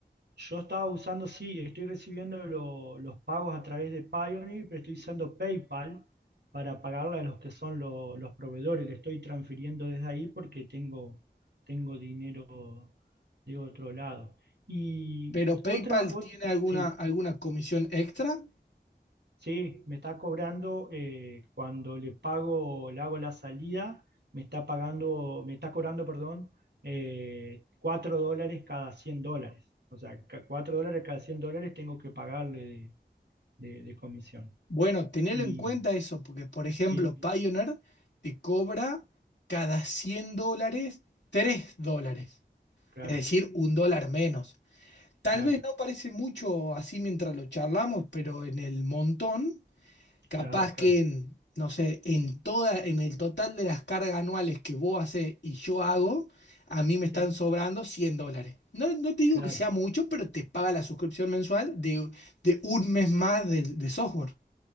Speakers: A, on the right; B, on the left.
A: Yo estaba usando, sí, estoy recibiendo lo- los pagos a través de Payoneer, pero estoy usando PayPal para pagarle a los que son lo- los proveedores. Le estoy transfiriendo desde ahí porque tengo, tengo dinero de otro lado. Y
B: Pero PayPal
A: otra, ot-
B: tiene alguna,
A: sí.
B: alguna comisión extra.
A: Sí, me está cobrando eh, cuando le pago, le hago la salida, me está pagando, me está cobrando, perdón, eh, 4 dólares cada 100 dólares. O sea, ca- 4 dólares cada 100 dólares tengo que pagarle de, de- de comisión.
B: Bueno, tener
A: Y
B: en cuenta eso, porque por ejemplo,
A: sí,
B: Payoneer te cobra cada 100 dólares 3 dólares,
A: claro,
B: es decir, un dólar menos. Tal
A: claro,
B: vez no parece mucho así mientras lo charlamos, pero en el montón Capaz
A: claro, claro,
B: que en, no sé, en toda, en el total de las cargas anuales que vos haces y yo hago, a mí me están
A: sí,
B: sobrando 100 dólares. No, no te digo
A: claro.
B: que sea mucho, pero te paga la suscripción mensual de, de un mes más de, de software.